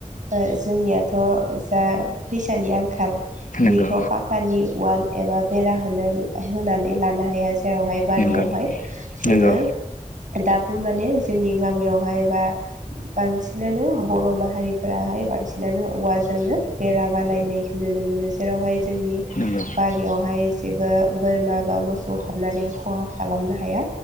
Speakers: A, on the right; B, on the left.
A: ओ जोंनियाथ' जा फैसानि आंखाल बेथ'
B: नंगौ
A: पाकानि वाल एबा बेरा होनो होनानै लानो हाया जेरावहाय बारियावहाय
B: नंगौ
A: जोङो
B: नंगौ
A: दाबो माने जोंनि गामियाव हाय बा बांसिनानो बर' माहारिफोराहाय बांसिनानो औवाजोंनो बेरा माबा नाय नायखोनो नुनोमोनो जेरावहाय जोंनि
B: नंगौ
A: बारियावहाय जेबो बोरमा बा मौसौ सौ हाबनानै खहा खालामनो हाया